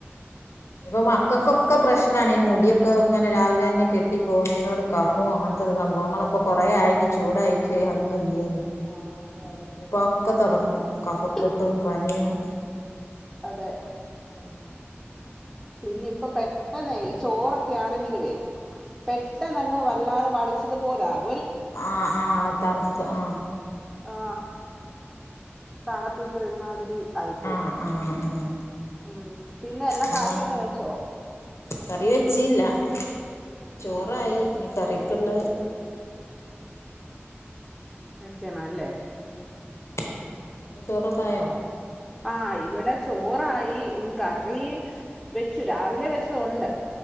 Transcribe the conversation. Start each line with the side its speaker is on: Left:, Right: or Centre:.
Left: ഇപ്പൊ
Centre: ഇപ്പഴത്തെ
Left: മക്കക്കൊക്കെ പ്രശ്ന ക്ഷണ ഈ മുടിയൊക്കെ ഇനി രാവിലെ തന്നെ കെട്ടിപ്പോവുന്നോണ്ട് കഫോ അങ്ങനെ സംഭവങ്ങൾ പ്പൊ കൊറേ ആയിന് ചൂടായിട്ട് അന്നുല്ലേ ഉം
Centre: ആഹ് അതെ അതെ
Left: പ്പോ ഒക്കെ തൊടങ്ങും കഫക്കെട്ടും
Centre: ആഹ്
Left: പനിയും
Centre: അതെ
Left: ഉം
Centre: പിന്നെ ഇപ്പൊ പെട്ടെന്നെ ഈ ചോറൊക്കെ ആണെങ്കിലേ പെട്ടെന്ന് അങ്ങ് വല്ലാതെ വളിച്ചതുപോലാണ്
Left: ആ ആ തണുപ്പ് ആ
Centre: ആ തണുപ്പിന്റെ ഒരുമാതിരി ആയിപ്പോവും
Left: ആഹ് ആഹ് ആഹ്
Centre: ഉം പിന്നെ എല്ലാ
Left: നമ്മ
Centre: കറിയൊക്കെ വെച്ചോ
Left: കറി വെച്ചില്ല ചോറായി
Centre: ആഹ്
Left: ഇനി കറി ക്കുള്ള
Centre: വെക്കണം അല്ലേ
Left: ഉം ഉം ങ്ങത് ചോറൊക്കെ ആയോ
Centre: ആഹ് ഇവിടെ ചോറായി ഇനി കറി വെച്ചു രാവിലെ വെച്ചതൊണ്ട്